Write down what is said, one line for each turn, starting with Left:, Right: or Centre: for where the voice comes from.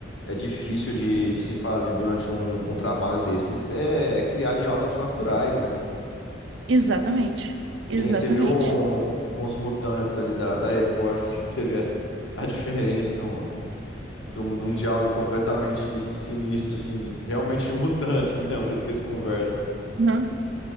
Left: é difícil de, de se fazer durante um, um trabalho desses, é, é criar diálogos naturais, né?
Right: Exatamente.
Left: Que
Right: Exatamente.
Left: nem você vê um- um, uns mutantes ali da, da Record, <laughs> assim, você vê a, a diferença de um, de um, de um diálogo completamente sinistro, assim, realmente de mutantes <laughs> mesmo, o jeito que eles conversam.
Right: Uhum.